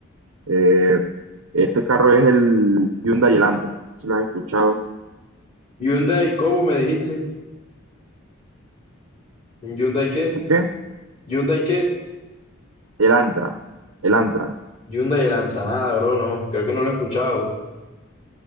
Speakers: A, on the right; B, on the left.
A: Eh, este carro es el Hyundai Elantra, si lo has escuchado.
B: Hyundai, ¿cómo me dijiste? ¿Hyundai qué?
A: ¿El qué?
B: ¿Hyundai qué?
A: El Elantra el Antra.
B: Hyundai el Antranada, bro, no, creo que no lo he escuchado.